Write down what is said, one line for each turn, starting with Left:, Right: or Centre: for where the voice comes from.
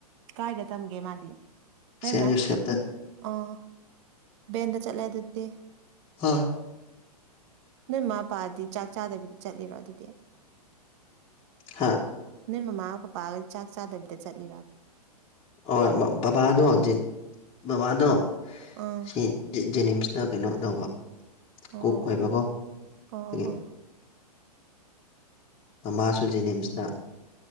Right: ꯀꯥꯏꯗ ꯇꯝꯒꯦ ꯃꯥꯗꯤ ꯅꯣꯏ
Left: ꯁꯦꯟ
Right: ꯃꯅꯥꯛꯇ
Left: ꯖꯣꯁꯦꯞꯇ
Right: ꯇꯝ ꯑꯣ ꯚꯦꯟꯗ ꯆꯠꯂꯦ ꯑꯗꯨꯗꯤ
Left: ꯍꯣꯏ
Right: ꯅꯣꯏ ꯃꯥꯥ ꯄꯥꯗꯤ ꯆꯥꯛ ꯆꯥꯗꯕꯤꯗ ꯆꯠꯂꯤꯔꯣ ꯑꯗꯨꯗꯤ
Left: ꯍꯥꯥ
Right: ꯅꯣꯏ ꯃꯃꯥꯒ ꯄꯄꯥꯒ ꯆꯥꯛ ꯆꯥꯗꯕꯤꯗ ꯆꯠꯂꯤꯔꯕ
Left: ꯍꯣꯏ ꯃꯃꯥ ꯕꯕꯥꯗꯣ ꯖꯦꯟ ꯕꯕꯥꯗꯣ
Right: ꯑꯥ
Left: ꯁꯤ ꯖꯦ ꯖꯦꯅꯤꯝꯁꯇ ꯀꯩꯅꯣ ꯇꯧꯕ
Right: ꯑꯣ
Left: ꯀꯨꯛ
Right: ꯑꯣ ꯑꯣ
Left: ꯑꯣꯏꯕꯀꯣ
Right: ꯑꯣ
Left: ꯑꯗꯒꯤ
Right: ꯑꯣ ꯑꯣ
Left: ꯃꯃꯥꯁꯨ ꯖꯦꯅꯤꯝꯁꯇ